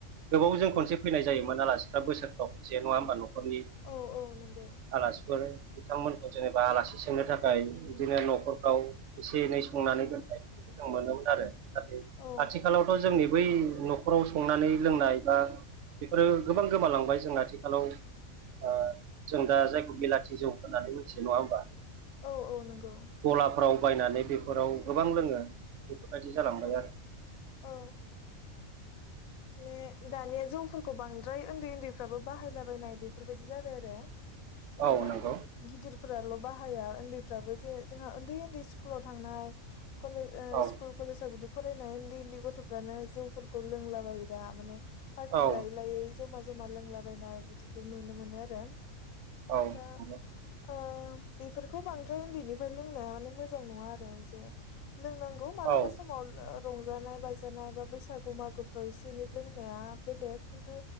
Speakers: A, on the right; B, on the left.
A: गोबाव जों खनसे फैनाय जायोमोन आलासिफ्रा बोसोरफ्राव खनसे नङा होमबा न नखरनि
B: औ औ नंगौ
A: आलासिफोर बिथांमोनखौ जेनेबा आलासि सोंनो थाखाय बिदिनो न'खर आव एसे एनै संनानै दोननाय बिदिखौ जों मोनोमोन आरो नाथाय
B: औ
A: आथिखालावथ' जोंनि बै न'खराव संनानै लोंनाय बा बेफोरो गोबां गोमालांबाय जोंना आथिखालाव ओ जों दा जायखौ बिलाथि जौ होननानै मिथियो नङा होमबा?
B: औ औ नोंगौ।
A: गलाफोराव बायनानै बेफोराव गोबां लोङो। बेफोरबायदि जालांबाय
B: औ
A: आरो
B: औ ने दानिया जौफोरखौ बांद्राय ओन्दै ओन्दैफ्राबो बाहायलाबायनाय बेफोरबायाददि जाबाय आरो। जेनेबा
A: औ नंगौ
B: गिदिर फोराल' बाहाया ओनदैफ्राबो जे जोंहा ओन्दै ओन्दै स्कुलाव थांनाय कलेज ओ
A: औ
B: स्कुल जा बिदि फरायनाय ओन्दै ओन्दै गथ'फोरानो जौफोरखौ लोंला बायो दा माने पारटि
A: औ
B: लायै लायै जमा जमा लोंलाबायनाय बिदिखौ नुनो मोनो आरो
A: औ
B: दा
A: नंगौ
B: ओं बेफोरखौ बांद्राय उन्दैनिफ्राइ लोंनाया माने मोजां नोङा आरो जे। लोंनांगौ मालाबासो
A: औ
B: ओ रंजानाय बाजानाय बा बैसागो मागोफोराव एसे एनै लोंनाया बेलेग किनटु